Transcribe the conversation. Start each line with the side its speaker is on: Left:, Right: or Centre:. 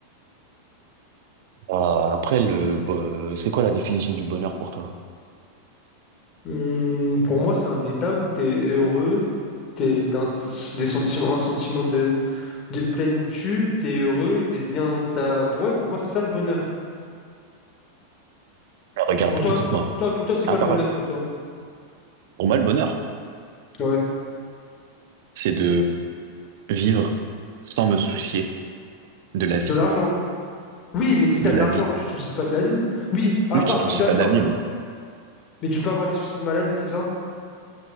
Right: Ah, après, le, bo- euh, c'est quoi la définition du bonheur pour toi?
Left: Hmm, pour moi, c'est un état où tu es heureux, tu as un, s- des sentiments, un sentiment de, de plénitude, tu es heureux, tu es bien. T'as... Pour, ouais, pour moi, c'est ça le bonheur.
Right: Ah, Regarde,
Left: Pour toi,
Right: écoute-moi.
Left: attends, pour toi, pour toi, c'est
Right: À
Left: quoi
Right: part,
Left: le bonheur pour toi?
Right: pour moi, le bonheur,
Left: Ouais.
Right: c'est de vivre sans me soucier de la vie,
Left: De l'argent. Oui, mais si
Right: de
Left: tu as de
Right: la
Left: l'argent,
Right: vie.
Left: tu te soucies pas de la vie. Oui, à
Right: Oui,
Left: part,
Right: tu ne te
Left: je suis
Right: soucies
Left: d'accord.
Right: pas de la vie. mais-
Left: Mais tu peux avoir des soucis de maladie, c'est ça?